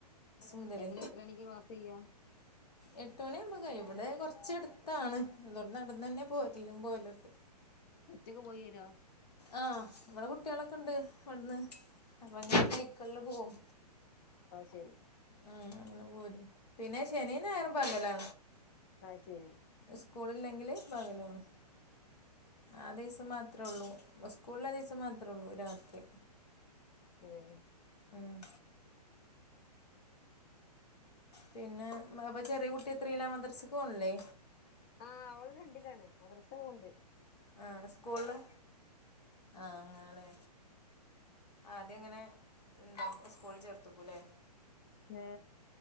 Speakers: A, on the left; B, on the left.
A: മുതലേ
B: ഏങ്ങനെയെത്ര മണിക്കു പാസുചെയ്ക
A: എട്ടുമണിയാകുമ്പോൾ കഴിയും ഇവിടെ കുറച്ചടുത്താണ് അതുകൊണ്ടുനടന്നുതന്നെ പോകലും പോരലുമൊക്കെ
B: ഉച്ചക്കുപോയിവരുവോ
A: ആഹ് നമ്മുടെ കുട്ടികളൊക്കെയുണ്ടവിടുന്ന് അപ്പമങ്ങനെ ഈ കൊല്ലം പോകും
B: അത് ശരി
A: ഉം അങ്ങനെപോരും പിന്നെ ശനിയും ഞായറും പകലാ
B: അത് ശരി
A: സ്കൂളില്ലെങ്കിലു പകലു പോണം ആദിവസം മാത്രമേയുള്ളൂ അപ്പോ സ്കൂളിലൊരു ദിവസം മാത്രേമേയുള്ളൂ, രാത്രി
B: ഉം
A: ആഹ് പിന്നെ യപ്പൊചെറിയ കുട്ടിയെത്രയിലാ മദ്രസയ്ക്ക് പോണില്ലേ
B: ആഹ് അവളു രണ്ടിലാണ് മദ്രസ പോകുന്നുണ്ട്
A: ആഹ് സ്കൂളില് ആഹ് ആങ്ങളേ ആഹ് അദ്യമിങ്ങനെ എന്താ സ്പൂൻചേർത്തു വക്കൂമല്ലേ
B: ഏ